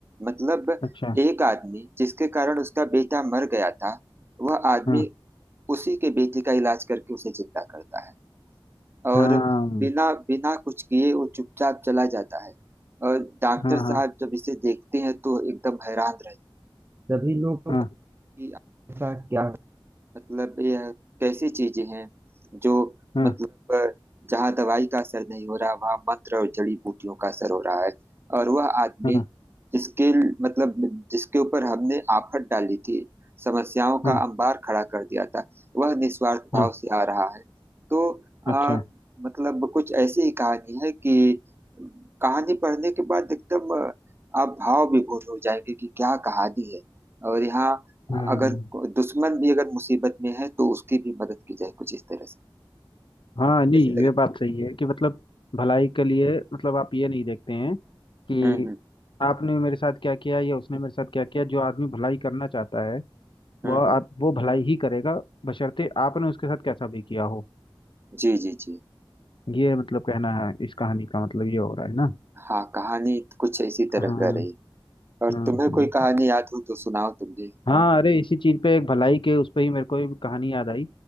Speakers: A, on the right; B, on the left.
A: मतलब
B: अच्छा
A: एक आदमी जिसके कारण उसका बेटा मर गया था वह आदमी
B: हाँ
A: उसी के बेटे का इलाज करके उसे जिंदा करता है और
B: हाँ
A: बिना बिना कुछ किए वो चुपचाप चला जाता है और डॉक्टर
B: हाँ
A: साहब
B: हाँ
A: जब इसे देखते हैं तो एकदम हैरान रहते हैं। सभी लोगों
B: हाँ
A: हैं कि ऐसा क्या मतलब यह कैसी चीजें हैं जो
B: हाँ
A: मतलब अ, जहाँ दवाई का असर नहीं हो रहा वहाँ मंत्र और जड़ी बूटियों का असर हो रहा है और वह आदमी
B: हाँ
A: जिसके मतलब जिसके ऊपर हमने आफत डाली थी समस्याओं
B: हाँ
A: का अंबार खड़ा कर दिया था वह निस्वार्थ
B: हाँ,
A: भाव से आ रहा है तो
B: अच्छा
A: आ, मतलब कुछ ऐसी ही कहानी है कि कहानी पढ़ने के बाद एकदम अ, आप भाव विभोर हो जाएंगे कि क्या कहानी है और यहाँ
B: हाँ
A: अगर को- दुश्मन भी अगर मुसीबत में है तो उसकी भी मदद की जाए कुछ इस तरह से
B: हाँ नहीं
A: ऐसे लगे
B: ये बात सही है कि मतलब भलाई के लिए मतलब आप ये नहीं देखते हैं कि
A: हम्म हम्म
B: आपने मेरे साथ क्या किया या उसने मेरे साथ क्या किया जो आदमी भलाई करना चाहता है
A: हम्म
B: वह
A: हम्म।
B: आप वो भलाई ही करेगा बशर्ते आपने उसके साथ कैसा भी किया हो
A: जी जी जी
B: ये मतलब कहना है इस कहानी का मतलब ये हो रहा है ना
A: हाँ कहानी कुछ इसी तरह
B: हाँ हाँ
A: का रही और
B: हाँ
A: तुम्हें
B: हाँ।
A: कोई कहानी याद हो तो सुनाओ तुम भी
B: हाँ अरे इसी चीज पे एक भलाई के उस पे ही मेरे को एक कहानी याद आई